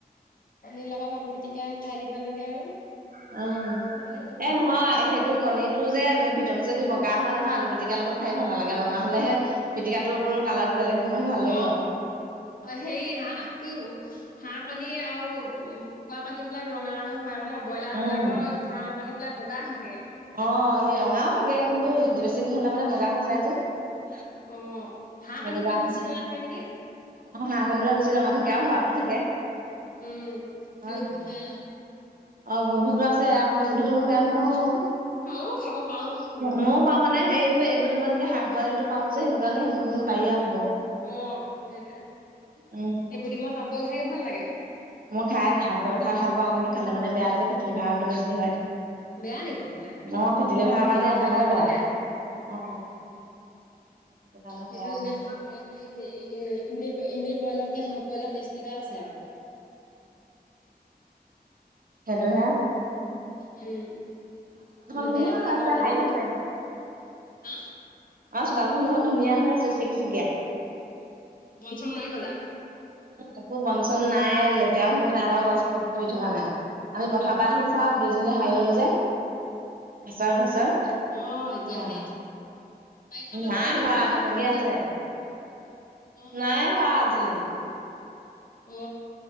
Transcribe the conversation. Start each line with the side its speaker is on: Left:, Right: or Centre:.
Left: কনীৰ লগত আলু পিটিকা খাই দিব লাগে আৰু,
Right: উম
Left: ভালে লাগিব।
Right: এ নহয় সেইটো কণীটো যে ভিতত যদি বগা হয় নহয় আলু পিটিকাৰ লগত খাই ভালাগে ৰঙা হলেহে পিটিকাটো অকমান কালাৰটো বেলেগ হয় নহয় ভাল
Left: অ
Right: লাগে আৰু
Left: অ সেইয়া <unintelligible> হাঁহ কণী আৰু উম কুকুৰা কণী বিলাক ৰঙা ৰঙা হয় আকৌ ন ব্ৰইলাৰ
Right: উম।
Left: বিলাকৰ ফাৰ্মৰ কণী বিলাক বগা হৈ থাকে।
Right: অ সেই ৰঙাও থাকে কিন্তু বেছি দিন হলে মানে বগা হৈ যায় যে। সেইটো
Left: অ', হাঁহ কণী বিলাক
Right: কাৰণে,
Left: বেছি ৰঙা থাকে নেকি
Right: অ হাঁহ কণী বিলাক বেছি ৰঙা থাকে। আৰু সোৱাদো থাকে।
Left: উম খালি
Right: হয় নহয়?
Left: <inaudible>
Right: অ গোন্ধটো আছে আকৌ গোন্ধটো মই বেয়া নাপাওঁ বাও।
Left: ময়ো খাব পাৰো গোন্ধটো
Right: মও পাওঁ মানে সেই এইবোৰ দম যেতিয়া হাফ বইলটো পাও যে সে সেইকাৰণে সেইবোৰ পাৰি আও খাব।
Left: অ', সেইটোৱে
Right: উম
Left: এইবোৰ দিমৰ হাফ বইল খাইও ভাল লাগে।
Right: মই খায় হাফ বৱেল খায় ভাল পাওঁ, কিন্তু খালে মানে বেয়া যে ফেটী লিভাৰটো বেছি হয়।
Left: বেয়া নেকি খালে
Right: অহ ফেটী লিভাৰ কাৰণে
Left: ফেটি
Right: একেবাৰে
Left: লিভাৰ কাৰণে
Right: বেয়া। অ। কাৰণে
Left: সেইটো
Right: বেয়া আকৌ,
Left: এনে হাফ বৱেল বুলি সেই এ এনে এনেই বৱেলতকে হাফ বৱেলৰ টেষ্টি এটা আছে আৰু।
Right: সেটো হে।
Left: উম কিন্তু
Right: ধুনীয়া
Left: বেয়া বুলি
Right: হৈ আছে
Left: বাও নাজানো,
Right: সাৰি থৈছে,
Left: হা?
Right: আমাৰ চোতালখন বহুত ধুনীয়া হৈ আছে চিকচিকীয়া,
Left: বন চন নাই গজা?
Right: একো বন চন নাই লেতেৰাও হৈ থকা নাই এটাও গছ পাত পৰি থকা নাই। আমি পথাৰ পৰা আহি চাও দুইজনীয়ে সাৰি ল'লো যে ঘছৰ-ঘচৰ। সেইটো
Left: অ এতিয়া
Right: কাৰণে,
Left: হাৰিলো বাৰিষা অলপ
Right: নাই
Left: বন গ'ল
Right: সৰা
Left: নহয়
Right: তেনেকেই
Left: মাজে মাজে
Right: আছে।
Left: অ
Right: নাই হোৱা আজি।
Left: অ